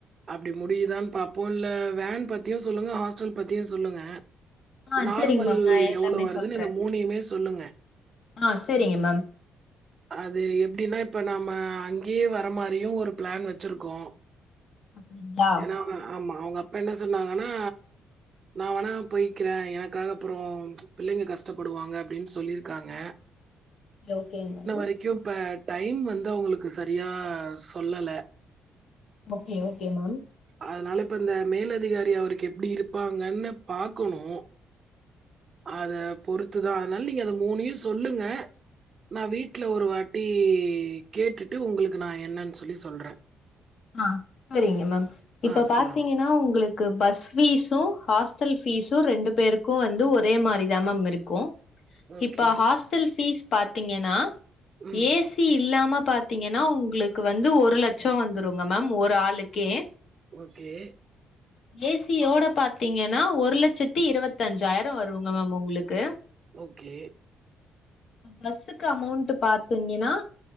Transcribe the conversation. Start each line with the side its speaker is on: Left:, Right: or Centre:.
Right: அப்டி முடியுதானு பாப்போ இல்ல வேன் பத்தியு சொல்லுங்க ஹாஸ்டல் பத்தியு சொல்லுங்க
Left: ஆ
Right: நார்மல்
Left: செரிங்க மேம் நா எல்லாமே
Right: எவ்ளோ வருதுன்னு
Left: சொல்றே
Right: இந்த மூணையுமே சொல்லுங்க
Left: ஆ செரிங்க மேம்
Right: அது எப்டீன்னா இப்ப நாம அங்கேயே வர மாரியு ஒரு பிளான் வெச்சிருக்கோ
Left: அப்டிங்களா
Right: ஏனா அவங்க ஆமா அவங்க அப்பா என்ன சொன்னாங்கனா நா வேணா போய்க்கிறே எனக்காக அப்றோ பிள்ளைங்க கஷ்டப்படுவாங்க அப்டின்னு சொல்லிருக்காங்க
Left: ஓகேங்க <unintelligible>
Right: அதுக்கியு இப்ப டைம் வந்து அவுங்குளுக்கு சரியா சொல்லலே
Left: ஓகே ஓகே மேம்
Right: அதனால இப்ப இந்த மேலதிகாரி அவருக்கு எப்டி இருப்பாங்கன்னு பாக்கணோ அதப் பொறுத்துதா அதனால நீங்க அந்த மூணயு சொல்லுங்க நா வீட்ல ஒரு வாட்டி கேட்டுட்டு உங்குளுக்கு நா என்னன்னு சொல்லி சொல்றே
Left: ஆ செரிங்க மேம் இப்ப
Right: ஆ
Left: பாத்தீங்கன்னா
Right: சொல்லுங்க.
Left: உங்குளுக் க்கு பஸ் ஃபீஸு ஹாஸ்டல் ஃபீஸோ ரெண்டு பேருக்கோ வந்து ஒரே மாரிதா மேம் இருக்கோ
Right: ஓகே.
Left: இப்ப ஹாஸ்டல் ஃபீஸ் பாத்தீங்கனா
Right: ம்.
Left: ஏ ஸ் இல்லாம பாத்தீங்கனா உங்களுக்கு வந்து ஒரு லட்சம் வந்துருங்க மேம் ஒரு ஆளுக்கே
Right: ஓகே
Left: ஏசியோட பாத்தீங்கனா ஒரு லட்சத்தி இருபத்தி அஞ்சாயிரோ வருங்க மேம் உங்களுக்கு
Right: ஓகே
Left: பஸ்ஸுக்கு அமௌண்ட் பாத்தீங்கனா